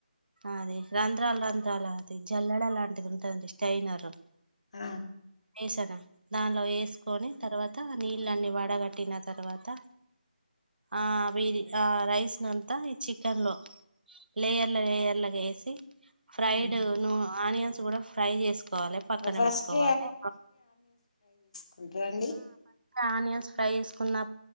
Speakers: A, on the right; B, on the left.
A: అది రం రంధ్రాల రంధ్రాాల అది జల్లడ లాంటిది ఉంటాదండి స్టైనరు
B: ఆ
A: మిసాను దానిలో వేసుకొని తర్వాత నీళ్ళన్నీ వడగట్టిన తర్వాత ఆ వి ఆ రైస్ నంతా ఈ చికెన్ లో లేేయర్ల లేయర్లాగ ఏసి ఫ్రైడు
B: ఉమ్
A: ను ఆనియన్స్ గుడా ఫ్రై జేస్ కోవాలె పక్కన
B: ఫస్ట్
A: వెట్టుకోవాలె
B: వుంట్రా అండి
A: ఆనియన్స్ ఫ్రై జేసుకున్నా